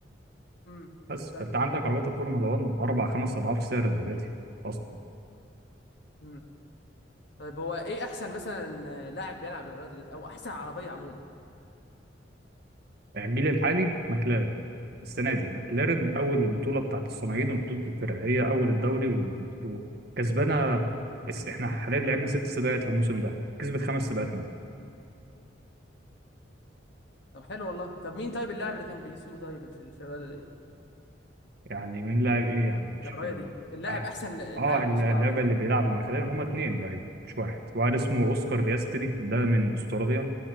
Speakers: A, on the left; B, on the right.
A: امم
B: بس
A: طيب
B: فأنت عندك عربيات الفورمولا 1 أربع خمس أضعاف سعر البوجاتي أصلا
A: امم طيب هو ايه احسن مثلا آه، لاعب بيلعب الرياضه ديت او احسن عربيه عموما
B: الجيل الحالي ماكلارين السنه دي ماكلارين اول البطوله بتاعت الصناعين وبطوله الفرق هي اول الدوري و- وكسبانه اس- احنا حاليا لعبنا ست سباقات في الموسم ده كسبت خمس سباقات منهم
A: طب حلو والله طب مين طيب اللاعب اللي كان بيسوق طيب في ال- في الرياضه دي
B: يعني مين لاعب ايه يعني مش
A: العربيه
B: فاهم
A: دي اللاعب
B: احد
A: احسن ل-
B: اه
A: لاعب
B: اللعبه
A: بيسوق العربيه دي
B: اللي
A: يعني
B: بيلعب الماكلارين هما اتنين لعيبه مش واحد واحد اسمه اوسكار بياستري ده من استراليا